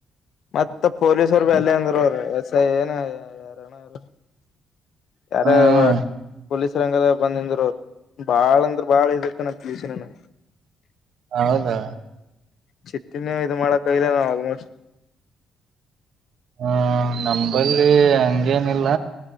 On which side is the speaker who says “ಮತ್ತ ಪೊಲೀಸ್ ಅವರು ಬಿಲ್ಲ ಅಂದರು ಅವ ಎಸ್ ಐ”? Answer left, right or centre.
Left